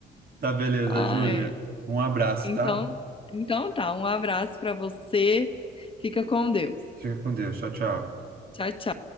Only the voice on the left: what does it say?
Ah,
é.
Então,
então tá, um abraço para você. Fica com Deus.
Tchau, tchau.